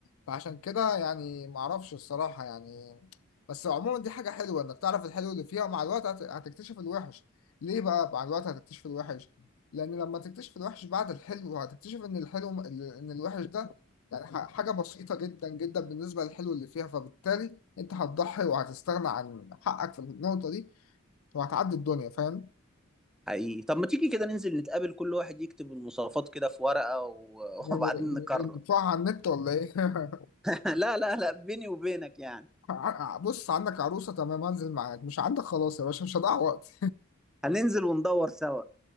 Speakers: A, on the left; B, in the centre.
A: فعشان كده يعني معرفش الصراحة يعني بس عموما دي حاجة حلوة انك تعرف الحلو اللي فيها ومع الوقت هت- هتكتشف الوحش ليه بقى مع الوقت هتكتشف الوحش لان لما تكتشف الوحش بعد الحلو هتكتشف ان الحلو م- ان الوحش ده يعني ح- حاجة بسيطة جدا جدا بالنسبة للحلو اللي فيها فبالتالي انت هتضحي وهتستغنى عن حقك في النقطة دي وهتعدي الدنيا فاهم
B: حقيقي طب ما تيجي كده ننزل نتقابل كل واحد يكتب المواصفات كده في ورقة و...
A: يعني
B: <laughs> وبعدين نقرر
A: ندفعها على النت ولا ايه <laughs>
B: <laughs> لا لا لا بيني وبينك يعني
A: ع- ع- بص عندك عروسة تمام هنزل معاك مش عندك خلاص يا باشا مش هضيع وقت
B: هننزل وندور سوا